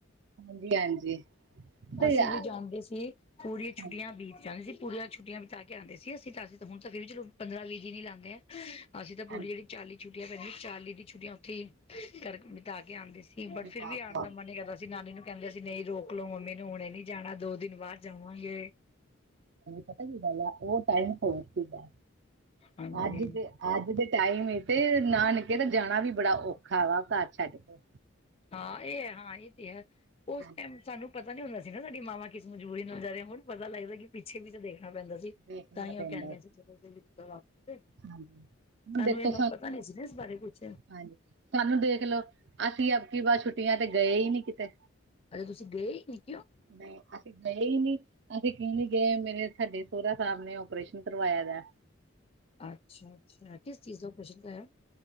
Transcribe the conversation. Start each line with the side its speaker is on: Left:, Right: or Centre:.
Right: ਹਾਂਜੀ- ਹਾਂਜੀ। ਤੇ
Left: ਅਸੀਂ
Right: ਯਾਰ
Left: ਵੀ ਜਾਂਦੇ ਸੀ। ਪੂਰੀਆਂ ਛੁੱਟੀਆਂ
Right: ਹਾਂਜੀ
Left: ਬੀਤ ਜਾਂਦੇ ਸੀ। ਪੂਰੀਆਂ ਛੱਟੀਆਂ ਬਿਤਾ ਕੇ ਆਉਂਦੇ ਸੀ ਅਸੀਂ ਤਾਂ ਅਸੀਂ ਹੁ ਤਾਂ ਫਿਰ ਵੀ ਚਲੋ ਪੰਦਰਾਂ- ਵੀਹ ਦਿਨ ਲਉਦੇ ਆ। ਅਸੀਂ ਤਾਂ ਪੂਰੀ
Right: ਹਾਂਜੀ
Left: ਜਿਹੜੀ ਚਾਲੀ ਛੁੱਟੀਆਂ ਪਹਦੀ। ਚਾਲੀ ਦੀ ਛੁੱਟੀਆਂ ਉੱਥੇ ਕਰ ਬਿਤਾ ਕੇ ਆਉਂਦੇ ਸੀ। ਬਟ ਫਿਰ
Right: ਹਾਂਜੀ
Left: ਵੀ ਆਉਣ ਦਾ ਮਨ ਹੀ ਕਰਦਾ ਸੀ ਨਾਨੀ ਨੂੰ ਕਹਿੰਦੇ ਅਸੀਂ ਨਹੀਂ ਰੋਕ ਲਓ ਮੰਮੀ ਨੂੰ। ਹੁਣੇ ਨੀ ਜਾਣਾ ਦੋ ਦਿਨ ਬਾਅਦ ਜਾਵਾਂਗੇ।
Right: ਪਤਾ ਕੀ ਗ ਉਹ ਟਾਈਮ ਹੋਰ ਸੀਗਾ।
Left: ਹਾਂਜੀ
Right: ਅੱਜ ਦੇ ਅੱਜ ਦੇ ਟਾਈਮ ਤੇ ਨਾਨਕੇ ਤਾਂ ਜਾਣਾ ਵੀ ਬੜਾ ਔਖਾ ਵਾ ਘਰ ਛੱਡ ਕੇ।
Left: ਹਾਂ। ਇਹ ਹੈ ਹਾਂ ਇਹ ਤੇ ਹੈ। ਉਸ
Right: ਹਾਂਜੀ,
Left: ਟਾਈਮ ਸਾਨੂੰ ਪਤਾ ਨੀ ਹੁੰਦਾ ਸੀ ਨਾ ਸਾਡੀ ਮਾਵਾਂ ਕਿਸ ਮਜਬੂਰੀ ਨੂੰ ਜਾ ਰਿਹਾ ਹੁਣ ਪਤਾ ਲੱਗਦਾ ਕਿ ਪਿੱਛੇ ਵੀ ਤਾਂ ਦੇਖਣਾ ਪੈਂਦਾ ਸੀ।
Right: ਦੇਖਣਾ
Left: ਤਾਂ ਹੀ
Right: ਪੈਂਦਾ
Left: ਉਹ ਕਹਿੰਦੇਆਂ ਸੀ। ਜਦੋਂ-
Right: ਹਾਂਜੀ ਹੁਣ
Left: ਸਾਨੂੰ
Right: ਦੇਖੋ
Left: ਇਹਨਾ ਪਤਾ ਨ ਸੀ ਨ ਬਾਰੇ ਕੁਛ।
Right: ਹਾਂਜੀ ਸਾਨੂੰ ਦੇਖ ਲੋਓ। ਅਸੀ ਅਬਕੀ ਬਾਰ ਛੁੱਟੀਆਂ ਤੇ ਗਏ ਹੀ ਨੀ ਕਿਤੇ।
Left: ਅਜੇ ਤੁਸੀ ਗਏ ਹੀ ਨਹੀ ਹੋ। ਕਿਂਉ
Right: ਨਹੀ, ਅਸੀ ਗਏ ਹੀ ਨਹੀ। ਅਸੀ ਕਿਉ ਨੀ ਗਏ ਮੇਨਰੇ ਸਾਡੇ ਸੋਹਰਾ ਸਾਹਿਬ ਨੇ ਆਪਓਪਰੇਸ਼ਨ ਕਰਵਾਇਆ ਦਾ।
Left: ਅਛਾ- ਅਛਾ। ਕਿਸ ਚੀਜ਼ ਦਾ ਓਪਛਸ਼ਨ ਕਰਾਇਆ।